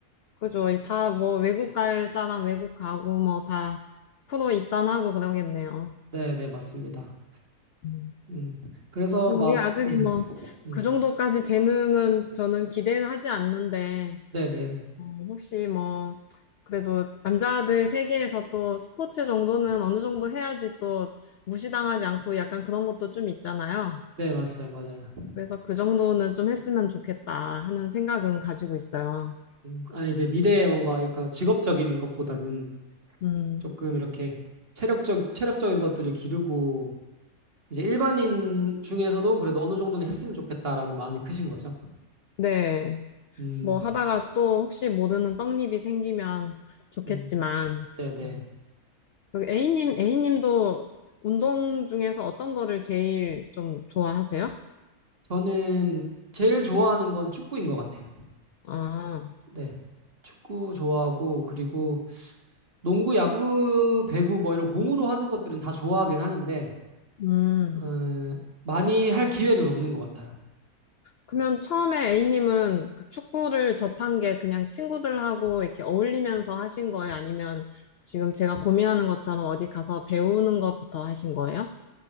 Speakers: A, on the left; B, on the right.
A: 그죠. 다 뭐, 외국 갈 사람 외국 가고 뭐, 다 프로 입단하고 그러겠네요.
B: 네네, 맞습니다.
A: 음.
B: 음, 그래서
A: 근데
B: 막,
A: 우리 아들이
B: 음,
A: 뭐,
B: 음,
A: 그 정도까지 재능은 저는 기대하지 않는데,
B: 네네.
A: 어, 혹시 뭐, 그래도 남자들 세계에서 또 스포츠 정도는 어느 정도 해야지 또 무시당하지 않고 약간 그런 것도 좀 있잖아요.
B: 네, 맞아요, 맞아요.
A: 그래서 그 정도는 좀 했으면 좋겠다 하는 생각은 가지고 있어요.
B: 음, 아, 이제 미래에 뭔가, 그러니까 직업적인 것보다는
A: 음,
B: 조금 이렇게 체력적, 체력적인 것들을 기르고, 이제 일반인 중에서도 그래도 어느 정도는 했으면 좋겠다라는 마음이 크신 거죠.
A: 네.
B: 음,
A: 뭐 하다가 또 혹시 모르는 떡잎이 생기면 좋겠지만,
B: 음, 네네.
A: 음. 그 A님, A님도 운동 중에서 어떤 거를 제일 좀 좋아하세요?
B: 저는 제일 좋아하는 건 축구인 것 같아요.
A: 아,
B: 네. 축구 좋아하고, 그리고 농구, 야구, 배구 뭐 이런 공으로 하는 것들은 다 좋아하긴 하는데,
A: 음.
B: 어, 많이 할 기회는 없는 것 같아요.
A: 그러면 처음에 A님은 그 축구를 접한 게 그냥 친구들하고 이렇게 어울리면서 하신 거예요? 아니면 지금 제가 고민하는 것처럼 어디 가서 배우는 것부터 하신 거예요?